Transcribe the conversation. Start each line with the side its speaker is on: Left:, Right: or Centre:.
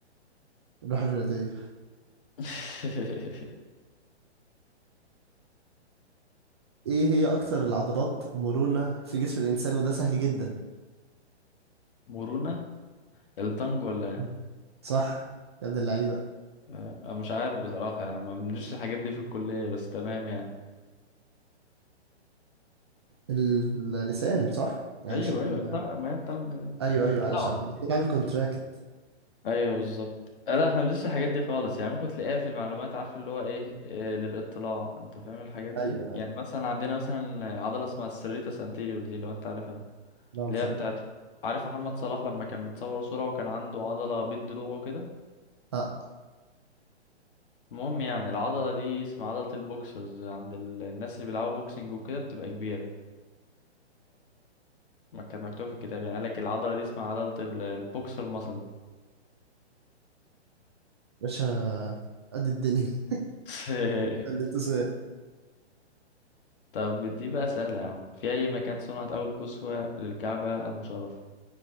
Right: الروح الرياضية
Left: <laughs>
Right: ايه هي اكتر العضلات مرونة في جسم الانسان وده سهل جدا
Left: مرونة التانج ولا ايه؟
Right: مم. صح يا ابن اللعيبة
Left: آه، أنا مش عارف بصراحة يعني ما بندرسش الحاجات دي في الكلية بس تمام يعني
Right: ال- اللسان صح علشان
Left: أيوه أيوه التانج ما هي التانج أيوة.
Right: ايوه ايوه علشان
Left: لا
Right: بنعمل عامل كونتراكت
Left: ايوه بالظبط آه، لا احنا مبندرسش الحاجات دي خالص يعني ممكن تلاقيها في المعلومات عارف اللي هو ايه آه، للاطلاع انت فاهم الحاجات
Right: ايوه
Left: دي يعني
Right: ايوه
Left: مثلا عندنا مثلا عضله اسمها السريتس انتيريور دي لو انت عارفها
Right: لا مش
Left: اللي هي
Right: عارف
Left: بتاعت عارف محمد صلاح لما كان متصور صوره وكان عنده عضله بين ضلوعه كده
Right: اه
Left: المهم يعني العضله دي اسمها عضله البوكسرز عند ال- الناس اللي بيلعبوا بوكسنج وكده بتبقى كبيره ما كانت مكتوبه في الكتاب يعني قالك العضله دي اسمها عضله ال- البوكسر ماسل
Right: باشا قد الدنيا <laughs>
Left: <laughs>
Right: قد التسويق
Left: طب دي بقى سهلة يا عم في أي مكان صنعت أول كسوة للكعبة المشرفة